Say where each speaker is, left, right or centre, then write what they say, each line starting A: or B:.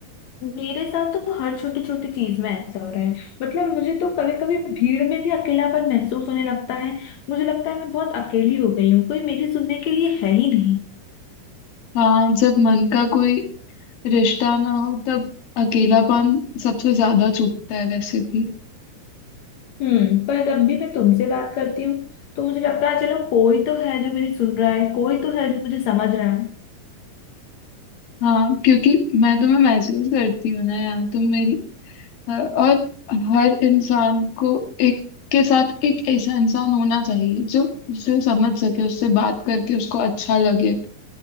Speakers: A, on the left (about 60°); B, on the left (about 85°).
A: मेरे साथ तो हर छोटी छोटी चीज में ऐसा हो रहा है मतलब मुझे तो कभी कभी भीड़ में भी अकेलापन महसूस होने लगता है मुझे लगता है मैं बहुत अकेली हो गई हूँ कोई मेरी सुनने के लिए है ही नहीं
B: हाँ जब मन का कोई रिश्ता ना हो तब अकेलापन सबसे ज्यादा चुभता है वैसे भी
A: हम्म पर जब भी मैं तुमसे बात करती हूँ तो मुझे लगता है चलो कोई तो है जो मेरी सुन रहा है कोई तो है जो मुझे समझ रहा है
B: हाँ क्योंकि मैं तुम्हें महसूस करती हूँ ना यार तुम मेरी और हर इंसान को एक के साथ एक ऐसा इंसान होना चाहिए जो उसे समझ सके उससे बात करके उसको अच्छा लगे